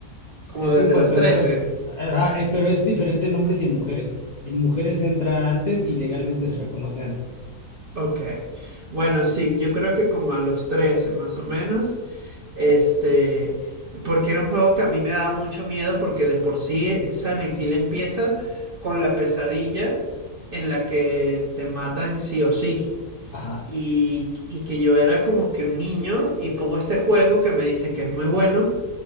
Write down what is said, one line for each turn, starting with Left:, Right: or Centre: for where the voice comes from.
Right: como
Left: es
Right: desde
Left: en cuanto
Right: los 13.
Left: entras, ajá, eh, pero es diferente en hombres y en mujeres. En mujeres entra antes y legalmente se reconoce antes.
Right: Ok. Bueno, sí, yo creo que como a los 13 más o menos, este, porque era un juego que a mí me daba mucho miedo porque de por sí eh, Silent Hill empieza con la pesadilla en la que te matan sí o sí.
Left: Ajá,
Right: Y, y que yo era como que un niño y pongo este juego que me dicen que es muy bueno